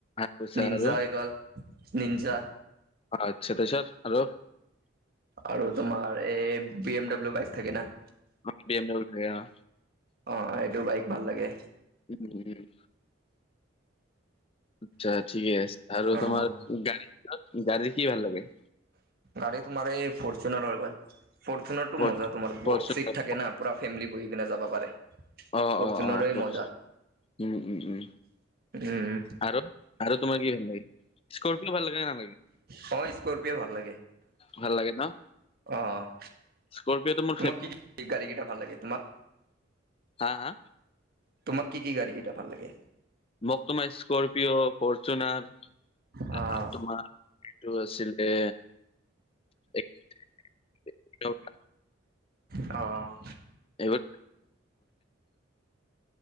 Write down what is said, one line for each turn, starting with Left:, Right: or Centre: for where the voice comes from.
Left: কৈছা
Right: নিনজা
Left: আৰু
Right: হৈ গ'ল নিনজা।
Left: আতছা তাপিছত আৰু?
Right: আৰু তোমাৰ এই বি এম ডাব্লিউ বাইক থাকে না
Left: অঁ বি এড ডব্লিউ থাকে অঁ
Right: অঁ, এইটো বাইক ভাল লাগে।
Left: <unintelligible> আচ্ছা ঠিকে আছে
Right: অ
Left: আৰু তোমাৰ গাড়ী, গাড়ী কি ভাল লাগে?
Right: গাড়ী তোমাৰ এই ফৰচুনাৰ হৈ গ'ল ফৰচুনাৰটো
Left: ফৰ
Right: মজা তোমাৰ বহুত
Left: ফৰচুনাৰ
Right: চিট থাকে না। পুৰা ফেমলি বহি কিনে যাব পাৰে।
Left: অঁ
Right: ফৰচুনাৰে
Left: অঁ অঁ ফ'ৰ্চ
Right: মজা
Left: উম উম উম।
Right: উম
Left: আৰু আৰু তোমাৰ কি ভাল লাগে? স্কৰপিঅ' ভাল লাগে নে নালাগে?
Right: হয় স্কৰপিঅ' ভাল লাগে।
Left: ভাল লাগে ন'?
Right: অ'
Left: স্কৰপি'টো মই
Right: তোমাক কি কি গাড়ী কিটা ভাল লাগে তোমাক?
Left: হা হা?
Right: তোমাক কি কি গাড়ী কিটা ভাল লাগে?
Left: মোক তোমাৰ স্কৰপিঅ' ফৰচুনাৰ আৰ
Right: অ',
Left: আৰু তোমাৰ এইটো আছিলে এক <unintelligible>
Right: অ'
Left: এইবোৰ